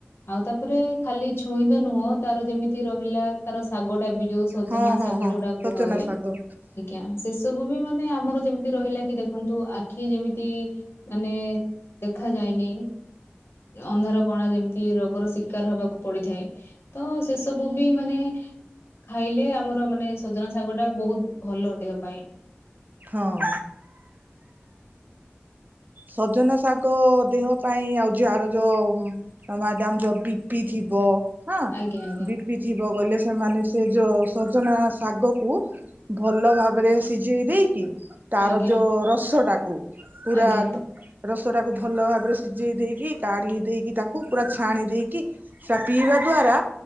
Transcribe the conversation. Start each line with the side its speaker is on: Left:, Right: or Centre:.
Left: ଆଉ ତାପରେ ଖାଲି ଛୁଇଁତ ନୁହଁ ତାର ଯେମିତି ରହିଲା ତାର ଶାଗ ଟା ବି ଯୋଉ ସଜନା
Right: ହଁ ହଁ
Left: ଶାଗ
Right: ହଁ
Left: ଯୋଉଟା କୁହା
Right: ସଜନା
Left: ହୁଏ।
Right: ଶାଗ
Left: ଆଜ୍ଞା ସେ ସବୁ ବି ମାନେ ଆମର ଯେମିତି ରହିଲା କି ଦେଖନ୍ତୁ ଆଖି ଯେମିତି ମାନେ ଦେଖାଯାଏନି ଅନ୍ଧାର କଣା ଯେମିତି ରୋଗର ଶିକାର ହବାକୁ ପଡିଥାଏ। ତ ସେ ସବୁ ବି ମାନେ ଖାଇଲେ ଆମର ମାନେ ସଜନା ଶାଗଟା ବହୁତ ଭଲ ଦେହ ପାଇଁ।
Right: ହଁ। ସଜନା ଶାଗ ଦେହ ପାଇଁ ଆଉ ଯଆର ଯୋଉ ଅ ମାଡାମ ଯୋଉ ବିପି ଥିବ ହଁ
Left: ଆଜ୍ଞା ଆଜ୍ଞା
Right: ବିପି ଥିବ ବୋଇଲେ ସେମାନେ ସେ ଯୋଉ ସଜନା ଶାଗକୁ ଭଲ ଭାବରେ ସିଝେଇ ଦେଇକି ତାର
Left: ଆଜ୍ଞା
Right: ଯୋଉ ରସ ଟାକୁ ପୁରା
Left: ଆଜ୍ଞା
Right: ରସଟାକୁ ଭଲ ଭାବରେ ସିଝେଇ ଦେଇକି କାଢ଼ି ଦେଇକି ତାକୁ ପୁରା ଛାଣି ଦେଇକି ସେଇଟା ପିଇବା ଦ୍ଵାରା